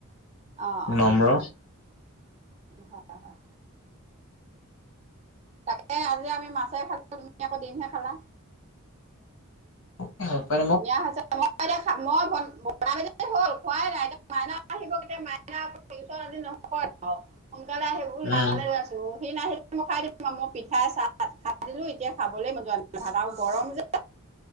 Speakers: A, on the right (about 30°); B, on the left (about 65°).
A: অ অ
B: নম্ৰ।
A: অ, হয় হয়। তাকে আজি আমি মাছে খালো তুমি আকৌ দিমহে খালা।
B: অ।
A: ধুনীয়া হৈছে মই এতিয়া মই বন বনাই মেলি হ'ল খোৱাই নাই এয়া মাইনা আহিব কেতিয়া মাইনা আহি নকয়। সোনকালেই আহ বুলি
B: উম
A: তালে ৰৈ আছো। সি নাহিলে মই খাই দিম মই পিঠাই চাহ খাই দিলো এতিয়া খাবলৈ মন যোৱা নাই ভাত আৰু গৰম যে।